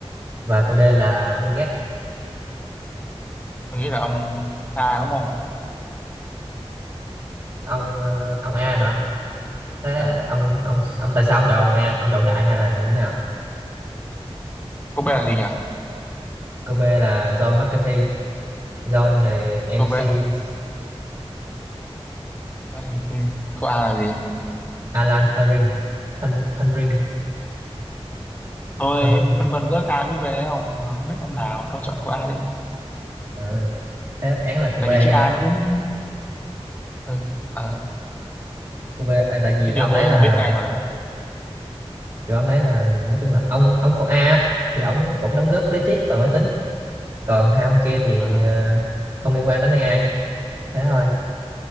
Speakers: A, on the right; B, on the left.
A: và câu D là Bill Gates
B: Tôi nghĩ là ông A đúng không?
A: ông ờ, ông A hả thế
B: Ờ.
A: ông ông ông tại sao ông chọn ông A ông chọn đại hay là như thế nào
B: Cô B là gì nhỉ?
A: câu B là John McCarthy John này MC
B: Cô B, MC. Cô A là gì?
A: Alan Turing Thanh Thanh Ring
B: Tôi
A: tôi không
B: phân vân giữa A với B đấy không? Mà không biết ông nào, tôi chọn cô A đi.
A: à, thế đáp án là cô
B: Tại
A: B nha
B: vì chữ A nó cũng... Ừ. Ờ.
A: cô B à, tại vì
B: Thế
A: ông
B: giờ tôi
A: đấy là
B: biết ngay mà.
A: kiểu ông đấy là nói chung là ông ông cậu A á, thì ông cũng đóng góp lý thuyết và máy tính còn hai ông kia thì
B: Ờ.
A: à, không liên quan đến AI thế thôi